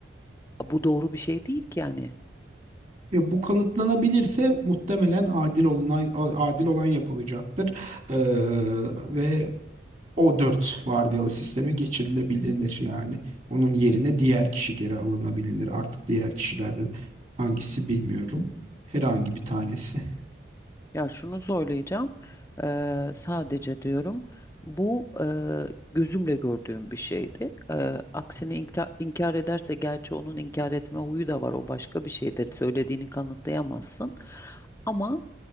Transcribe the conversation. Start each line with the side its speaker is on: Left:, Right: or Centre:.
Left: Bu doğru bir şey değil ki yani.
Right: ya bu kanıtlanabilirse muhtemelen adil olunan adil olan yapılacaktır. Ee, ve o dört vardiyalı sisteme geçirilebilir yani. Onun yerine diğer kişi geri alınabilir. Artık diğer kişilerden hangisi bilmiyorum. Herhangi bir tanesi.
Left: Ya şunu söyleyeceğim. eee, sadece diyorum bu eee, gözümle gördüğüm bir şeydi. Eee, aksini inkar, inkar ederse gerçi onun inkar etme huyu da var. O başka bir şeydir. Söylediğini kanıtlayamazsın. Ama